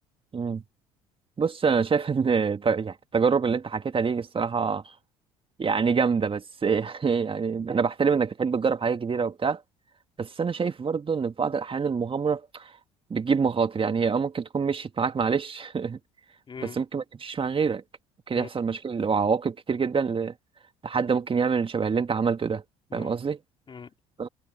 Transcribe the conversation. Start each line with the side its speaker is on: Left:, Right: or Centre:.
Right: مم. بص أنا شايف إن ت- يعني التجارب اللي أنت حكيتها دي الصراحة يعني جامدة بس <laughs> يعني أنا بحترم إنك بتحب تجرب حاجات جديدة وبتاع بس أنا شايف برضه إن في بعض الأحيان المغامرة بتجيب مخاطر يعني هي اه ممكن تكون مشيت معاك معلش <laughs>
Left: مم،
Right: بس ممكن ما تمشيش مع غيرك ممكن
Left: مم،
Right: يحصل مشاكل وعواقب كتير جدا ل- لحد ممكن يعمل شبه اللي انت عملته ده
Left: مم،
Right: فاهم قصدي؟
Left: مم،
Right: ف-